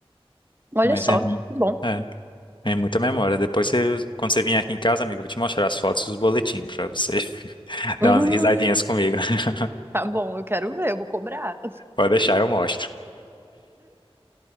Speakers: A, on the right; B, on the left.
A: Olha
B: Mas
A: só,
B: é,
A: que bom.
B: é, é muita memória. Depois, você, quando você vier aqui em casa, amigo, eu vou te mostrar as fotos e os boletins pra você <laughs> dar
A: Hum,
B: umas risadinhas comigo. <laughs>
A: Tá bom, eu quero ver, eu vou cobrar.
B: Pode deixar, eu mostro.